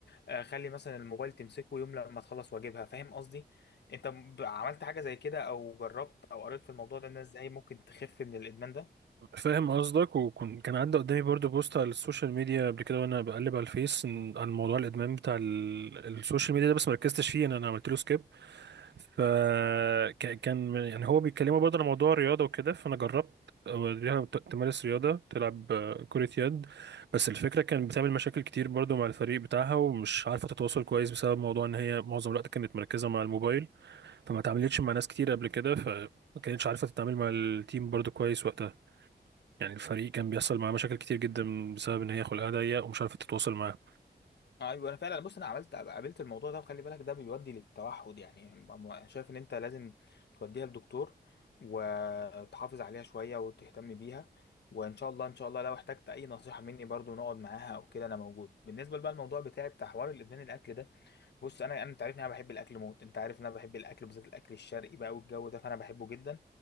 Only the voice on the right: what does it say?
فاهم قصدك وكان كان عدى قدامي برضو بوست على السوشيال ميديا قبل كده وانا بقلب على الفيس إن- عن موضوع الادمان بتاع ال- السوشيال ميديا ده بس مركزتش فيه انا أنا عملت له سكيب فكان يعني هو بيتكلموا برضه على موضوع الرياضة وكده فأنا جربت أوريها ت- تمارس رياضة تلعب آه، كرة يد بس الفكرة كان بتعمل مشاكل كتير برضه مع الفريق بتاعها ومش عارفة تتواصل كويس بسبب موضوع إن هي معظم الوقت كانت مركزة مع الموبايل فما اتعاملتش مع ناس كتير قبل كده فما كانتش عارفة تتعامل مع التيم برضه كويس وقتها يعني الفريق كان بيحصل معاه مشاكل كتير جدا بسبب إن هي خلقها ضيق ومش عارفة تتواصل معاه